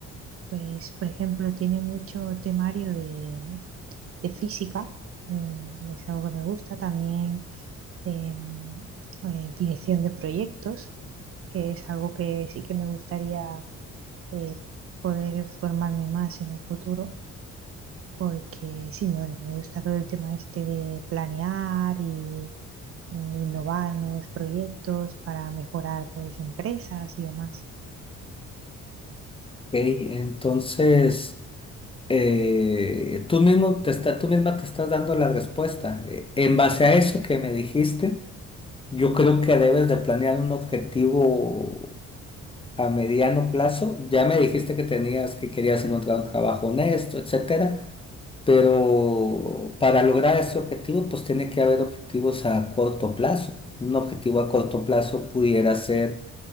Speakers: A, on the right; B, on the left.
A: Pues, por ejemplo, tiene mucho temario de, de física y es algo que me gusta. También de mm, eh, dirección de proyectos, que es algo que sí que me gustaría eh, poder formarme más en un futuro. porque sí, me, bueno, me gusta todo el tema este de planear y mm, innovar nuevos proyectos para mejorar pues empresas y demás.
B: Ok, entonces eh, tú mismo te está- tú misma te estás dando la respuesta. Eh, en base a eso que me dijiste, yo creo que debes de planear un objetivo a mediano plazo. Ya me dijiste que tenías que querías encontrar un trabajo honesto, etcétera, pero para lograr ese objetivo, pues tiene que haber objetivos a corto plazo. Un objetivo a corto plazo pudiera ser